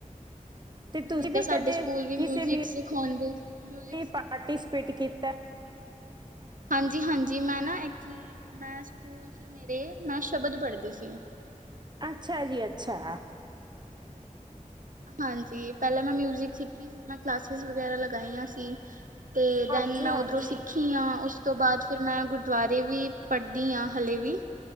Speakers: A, on the right; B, on the right.
A: ਹੁਣ
B: ਤੇ ਤੁਸੀਂ
A: ਜਿੱਦਾਂ
B: ਵੀ
A: ਸਾਡੇ
B: ਕਦੇ
A: ਸਕੂਲ ਵੀ
B: ਕਿਸੇ
A: ਮਿਊਜ਼ਿਕ ਸਿਖਾਉਂਦੇ ਮਿਊਜ਼ਿਕ
B: ਪਾਰਟੀਸਪੇਟ ਕੀਤਾ।
A: ਹਾਂਜੀ, ਹਾਂਜੀ। ਮੈਂ ਨਾ ਐਕਚੁਲੀ ਮੈਂ ਸਕੂਲ 'ਚ ਮੇਰੇ ਮੈਂ ਸ਼ਬਦ ਪੜ੍ਹਦੀ ਸੀ।
B: ਅੱਛਾ ਜੀ ਅੱਛਾ।
A: ਹਾਂਜੀ, ਪਹਿਲਾਂ ਮੈਂ ਮਿਊਜਿਕ ਸਿੱਖੀ ਸੀ। ਮੈਂ ਕਲਾਸਿਸ ਵਗੈਰਾ ਲਗਾਈਆਂ ਸੀ। ਤੇ
B: ਹਾਂਜੀ
A: ਦੈਨ ਮੈਂ
B: ਹਾਂਜੀ
A: ਉੱਧਰੋਂ ਸਿੱਖੀ ਆ। ਉਸ ਤੋਂ ਬਾਅਦ ਫਿਰ ਮੈਂ ਗੁਰਦੁਆਰੇ ਵੀ ਪੜ੍ਹਦੀ ਹਾਂ ਹਲੇ ਵੀ